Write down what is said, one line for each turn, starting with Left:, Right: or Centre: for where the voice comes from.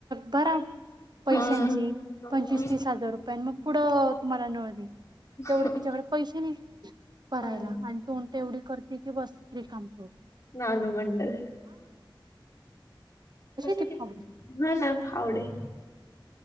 Left: कर
Right: भराव पैशांची
Left: हा पैसे तेवढं
Right: पंचवीस
Left: म्हणजे
Right: तीस
Left: तिकडं
Right: हजार रुपया मग पुढं
Left: करायला,
Right: तुम्हाला नळ दे तेवढे
Left: तेवढं
Right: तिच्याकडे
Left: तिच्या
Right: पैसे नाही करायला
Left: पडायला
Right: आणि तूणते एवढी करते की बस रिकम कर
Left: नानु मंडल कशी
Right: ती
Left: बी
Right: फावडी
Left: हा ना फावडे